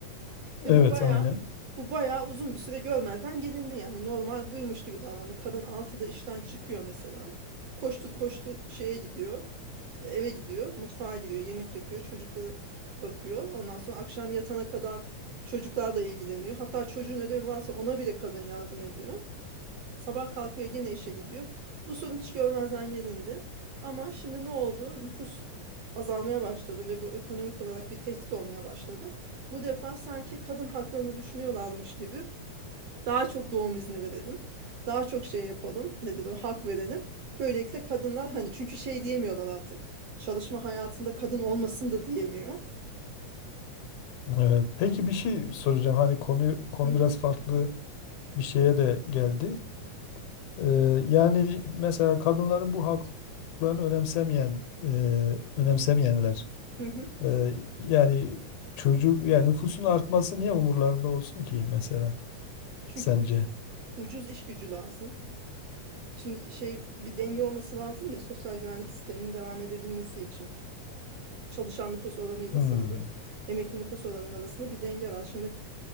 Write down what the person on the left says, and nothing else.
Evet
aynen.
Evet. Peki bir şey soracağım. Hani konu konu
biraz farklı bir şeye de geldi. Ee, yani mesela kadınların bu haklarını önemsemeyen e, önemsemeyenler
e, yani çocuk yani nüfusun artması niye umurlarında olsun ki mesela?
sence?
Hmm.